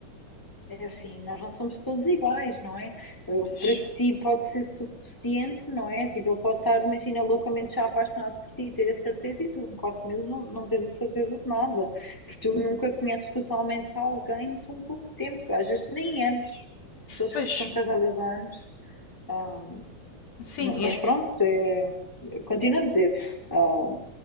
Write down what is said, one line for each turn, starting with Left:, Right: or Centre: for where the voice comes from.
Centre: é assim, nós não somos todos iguais, não é? O
Left: Pois.
Centre: que para ti pode ser suficiente, não é? Tipo, ele pode estar, imagina, loucamente já apaixonado por ti, ter a certeza e tu, um copo mesmo, não, não tens a certeza de nada. Porque tu nunca conheces totalmente alguém em tão pouco tempo, às vezes nem anos. Pessoas
Left: Pois,
Centre: que estão casadas há anos. Ah,
Left: sim,
Centre: mas
Left: é.
Centre: pronto, é, continuo a dizer, ah,